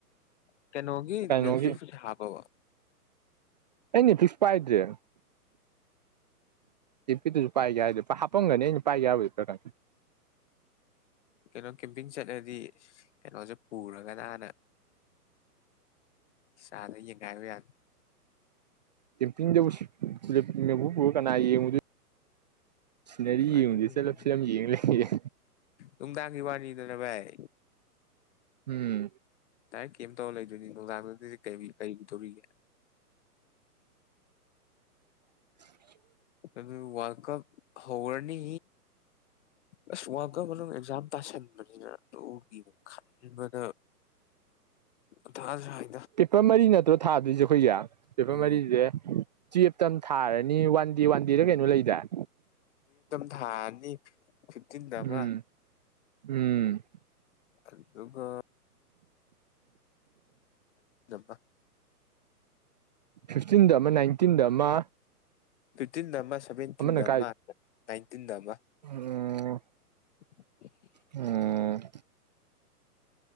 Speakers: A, on the left; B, on the right.
A: ꯀꯩꯅꯣꯒꯤ
B: ꯀꯩꯅꯣꯒꯤ
A: ꯅꯦꯐꯔꯤ ꯍꯥꯞꯄꯕ
B: ꯑꯩꯅ ꯄꯤꯛꯁꯨ ꯄꯥꯏꯗ꯭ꯔꯦ ꯇꯤꯄꯤꯤꯗꯨꯨꯁꯨ ꯄꯥꯏꯒꯦ ꯍꯥꯏꯗꯤ ꯍꯥꯞꯄꯝꯒꯅꯤ ꯑꯩꯅ ꯄꯥꯏꯒꯦ ꯍꯥꯏꯕꯨꯗꯤ ꯈ
A: ꯀꯩꯅꯣ ꯀꯦꯝꯄꯤꯡ ꯆꯠꯅꯗꯤ ꯀꯩꯅꯣꯖꯤ ꯄꯨꯔꯒꯅ ꯍꯥꯟꯅ ꯏꯁꯥꯗ ꯌꯦꯡꯒꯥꯏꯕ ꯌꯥꯅꯤ
B: ꯇꯦꯝꯄꯤꯡꯗꯨꯕꯨ ꯃꯦꯛꯕꯨꯛ ꯄꯨꯔ ꯀꯅꯥ ꯌꯦꯡꯉꯨꯗꯣꯏ ꯁꯤꯅꯔꯤ
A: ꯅꯨꯡꯉꯥꯏꯗꯣꯏꯅꯤ.
B: ꯌꯦꯡꯉꯨꯖꯦ ꯆꯠꯂ ꯐꯤꯂꯝ ꯌꯦꯡ ꯂꯩ
A: ꯅꯨꯡꯗꯥꯡꯒꯤ ꯋꯥꯅꯤꯗꯅ ꯚꯥꯏ
B: ꯎꯝ
A: ꯇꯥꯏꯀꯤꯝ ꯇꯧ ꯂꯩꯗꯣꯏꯅꯤ ꯅꯨꯡꯗꯥꯡꯗꯨꯗꯤ ꯀꯔꯤꯒꯗꯧꯔꯤꯒꯦ
B: <inaudible>
A: ꯑꯗꯨ ꯋꯥꯔꯜꯗ ꯀꯞ ꯍꯧꯔꯅꯤ ꯑꯁ ꯀꯞ ꯃꯅꯨꯡ ꯑꯦꯛꯖꯥꯝ ꯇꯥꯁꯟ ꯅ ꯑꯗꯨꯒꯤ ꯑꯃꯨꯛ ꯈꯟꯕꯗ ꯃꯊꯥ ꯁꯥꯏ
B: ꯄꯦꯞꯄꯔ ꯃꯔꯤ ꯅꯠꯇꯔ ꯊꯥꯗꯣꯏꯁꯦ ꯑꯩꯈꯣꯏꯒꯤ ꯄꯦꯄꯔ
A: ꯎꯝ
B: ꯃꯔꯤꯁꯦ ꯇꯨꯌꯦꯞꯇ ꯑꯃ ꯊꯥꯔꯅꯤ ꯋꯥꯟ ꯗꯦ ꯋꯥꯟ ꯗꯦꯔ ꯀꯩꯅꯣ ꯂꯩꯗꯥꯏ
A: ꯊꯅꯤ ꯐꯠꯇꯤꯟꯗꯕ
B: ꯎꯝ ꯎꯝ
A: ꯑꯗꯨ ꯑꯗꯨꯒꯒ ꯝꯕ
B: ꯐꯤꯐꯇꯤꯟꯗ ꯑꯃ ꯅꯥꯏꯟꯇꯤꯟꯗ ꯑꯃ
A: ꯇꯤꯟ ꯅꯃꯁ ꯁꯚꯦꯟꯇꯤꯟꯗ
B: ꯑꯃꯅ
A: ꯑꯃ ꯅꯥꯏꯟꯇꯤꯟꯗ ꯑꯃ
B: ꯑꯣ
A: <inaudible>
B: ꯑꯝ